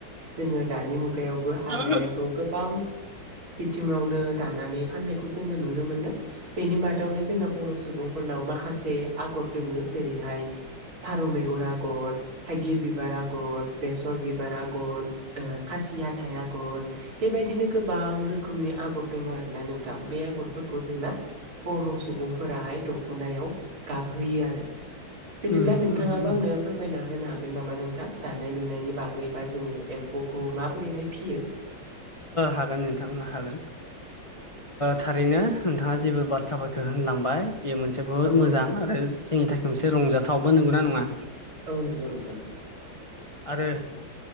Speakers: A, on the right; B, on the left.
A: जोङो दानि मुगायावबो आर'नाइखौ
B: ओ
A: गोबां बिथिङावनो दानानै फाननायखौ जोङो नुनो मोनो बेनि मादावनो जोंना बर' सुबुंफोरनाव माखासे आगर दोङो जेरैहाय फारौ मेगर आगर थाइगिर बिबार आगर बेसर बिबार आगर खासि हाथाइ आगर बेबायदिनो गोबां रोखोमनि आगर दोङो आरोना नोंथां बे आगरफोरखौ जोंना बर' सुबुंफोराहाय दख'नायाव गाबहोयो आरो बिदिब्ला
B: उम
A: नोंथाङाबो
B: उम
A: आंनो
B: उम
A: फोरमायना होनो हागोन नामा नोंथां दानाय लुनायनि बागै बा जोङो एम्फौखौ माबोरैहाय फियो
B: हागोन नोंथां हागोन थारैनो नोंथाङा जेबो बाथ्राफोरखौ होनलांबाय बेयो मोनसे बहुद
A: औ
B: मोजां
A: औ
B: आरो जोंनि थाखाय मोनसे रंजाथावबो नंगौना नङा
A: औ नंगौ नोंथां
B: आरो